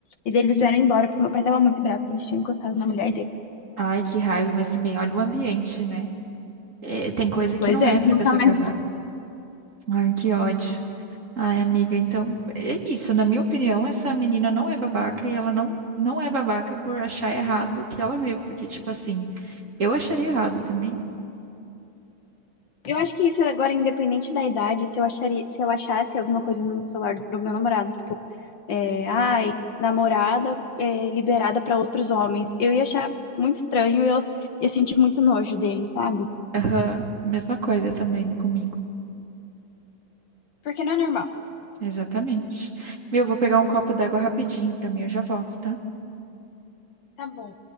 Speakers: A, on the left; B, on the right.
A: E daí eles vieram embora, porque meu pai tava muito bravo que eles tinham encostado na mulher dele.
B: Ai, que raiva, mas também olha o ambiente, né? É, tem coisa que
A: Pois
B: não
A: é,
B: é
A: eles
B: pra
A: nunca
B: pessoa
A: mais.
B: casada. Ai, que ódio. Ai, amiga, então é isso. Na minha opinião, essa menina não é babaca e ela não, não é babaca por achar errado o que ela viu. Porque, tipo assim. Eu acharia errado também.
A: Eu acho que isso é agora, independente da idade, se eu acharia, se eu achasse alguma coisa no celular do meu namorado, tipo, é, ai, namorada é, liberada pra outros homens, eu ia achar muito estranho, eu ia sentir muito nojo dele, sabe?
B: Aham, mesma coisa também comigo.
A: Porque não é normal.
B: Exatamente. Viu? Vou pegar um copo d'água rapidinho pra mim, eu já volto, tá?
A: Tá bom.